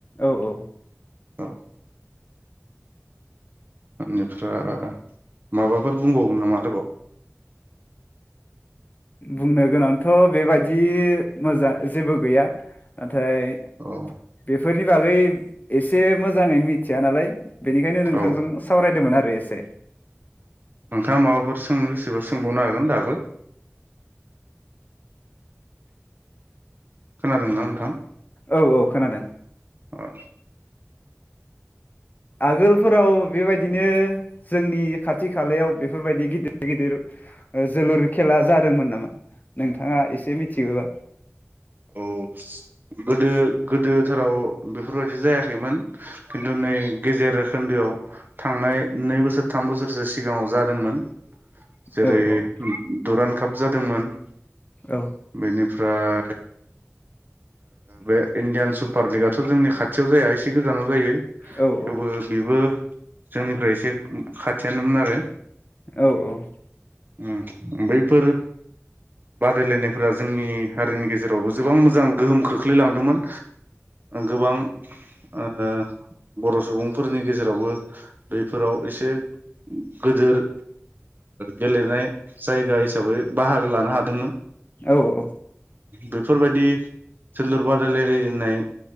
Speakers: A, on the left; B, on the right.
A: औ औ ।
B: औ । बेनिफ्राय माबाफोर बुंबावगोन नामा आरोबाव?
A: बुंनो गोनांथ' बेबायाददि मोजां जेबो गैया नाथाय
B: औ
A: बेफोरनि बागै एसे मोजाङै मिथिया नालाय बेनिखायनो नोंथांजों
B: औ
A: सावरायदोंमोन आरो एसे
B: नोंथाआ माबाफोर सोंनो गोसोबा सोंबावनो हागोन दाबो। खोनादोंना नोंथां
A: ओ औ औ खोनादों।
B: औ
A: आगोलफोराव बेबायदिनो जोंनि खाथि खालायाव बेफोरबायदि गिदिर गिदिर जोलुर खेला जादोंमोन नामा नोंथाङा एसे मिथियोबा
B: औ गोदो गोदोथोराव बेफोरबायाददि जायाखैमोन खिन्थु नै गेजेर खोन्दोआव थांनाय नै बोसोर थाम बोसोरसो सिगाङाव जादोंमोन। जेरै
A: औ औ
B: दुरानखा थाब जादोंमोन।
A: औ
B: बेनिफ्राय ओ बे इण्डियान सुपार लिगाथ' जोंनि खाथियाव जाया एसे गोजानाव जायो। थेवबो
A: औ
B: बेबो जोंनिफ्राय एसे खाथियानोमोन आरो।
A: औ औ।
B: ओम बैफोर बादायलायनायफोरा जोंनि हारिनि गेजेराव जेरावबो गोबां मोजां गोहोम खोख्लैलांदोंमोन गोबां ओ बर' सुबुं फोरनि गेजेरावबो बैफोराव एसे गदोर गेलेनाय जायगा हिसाबै बाहागो लानो हादोंमोन।
A: औ औ।
B: बेफोरबायदि जोलुर बादायलायनाय